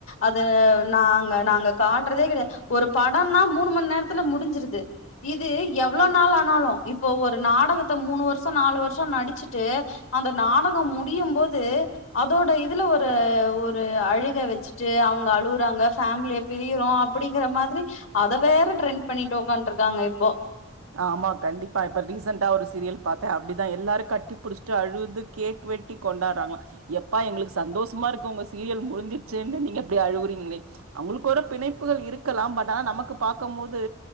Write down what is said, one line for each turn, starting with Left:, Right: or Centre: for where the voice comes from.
Left: அத நா அத நாங்க காட்டுறதே கிடையாது ஒரு படம்னா மூணு ம நேரத்துல முடிஞ்சிருது இது எவ்வளவு நாள் ஆனாலு இப்போ ஒரு நாடகத்த மூணு வருஷ நாலு வருஷ நடிச்சுட்டு அந்த நாடகம் முடியும்போது அதோட இதுல ஒரு ஒரு அழுக வச்சுட்டு அவங்க அழுவறாங்க ஃபேமிலிய பிரியரோ அப்டிங்கிற மாதிரி அத வேற ட்ரெண்ட் பண்ணிட்டு ஒக்காண்ட்டு இருக்காங்க இப்போ
Right: ஆமா கண்டிப்பா இப்ப ரீசெண்ட்டா ஒரு சீரியல் பாத்தே அப்டிதா எல்லாரு கட்டி புடிச்ட்டு அழுவுதுக் கேக் வெட்டி கொண்டார்றாங்ளா யப்பா எங்குளுக்கு சந்தோஷமா இருக்கு உங்க சீரியல் முடிஞ்சிச்சேன்னு நீங்க இப்டி அழுவுறீங்ளே அவுங்குளுக்கு ஒரேப் பிணைப்புகள் இருக்கலாம் பட் ஆனா நமக்கு பாக்கம்மோது